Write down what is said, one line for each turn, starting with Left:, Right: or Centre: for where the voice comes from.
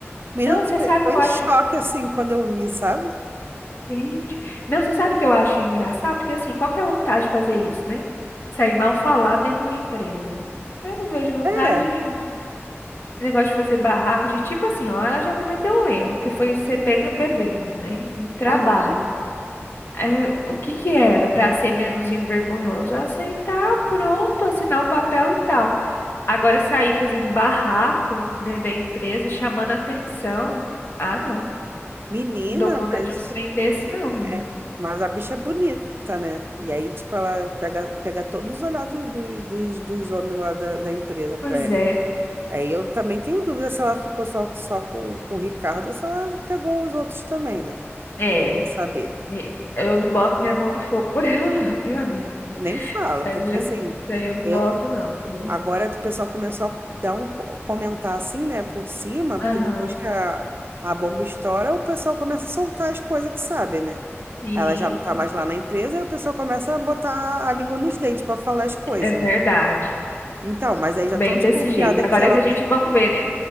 Right: Menina,
Left: Não,
Right: tô,
Left: você sabe
Right: tô
Left: que
Right: em
Left: eu acho
Right: choque assim quando eu vi, sabe?
Left: Gente. Não, você sabe que eu acho engraçado? Porque assim, qual que é a vantagem de fazer isso, né? Sair mal falado dentro de uma empresa. Eu não vejo vantagem
Right: É,
Left: nenhuma. Esse negócio de fazer barraco, de tipo assim, ó, ela já cometeu um erro, que foi você pega bebendo, né? Em trabalho.
Right: uhum.
Left: Aí, eu- o que que era para ser menos envergonhoso? Aceitar, pronto, assinar o papel e tal. Agora sair fazendo barraco dentro da empresa, chamando atenção. Ah, não.
Right: Menina,
Left: Não dou conta
Right: mas.
Left: de um trem desse, não, menina.
Right: É, mas a bicha é bonita, né? E aí, tipo, ela pega, pega todos os olhados do- dos, dos homens lá da, da empresa pra
Left: Pois
Right: ela.
Left: é.
Right: Aí eu também tenho dúvida se ela ficou só, só com, com o Ricardo ou se ela pegou os outros também, né?
Left: É,
Right: Tem que Saber.
Left: e eu não boto minha mão no fogo por <laughs> ela, não, viu, amiga?
Right: Nem fala,
Left: Isso
Right: porque
Left: aí eu,
Right: assim,
Left: isso aí eu não
Right: eu,
Left: boto, não. né?
Right: agora o pessoal começou a dar um, co- comentar assim, né, por cima, porque
Left: Aham,
Right: depois que a, a bomba estoura, o pessoal começa a soltar as coisas que sabe, né?
Left: sim,
Right: Ela já não tá
Left: sim,
Right: mais lá na empresa, e o pessoal começa a botar a língua nos dentes para falar as coisas,
Left: é verdade.
Right: né? Então, mas aí já
Left: Bem
Right: estão desconfiada
Left: desse jeito. Agora
Right: que ela
Left: que a gente, vamos ver, né?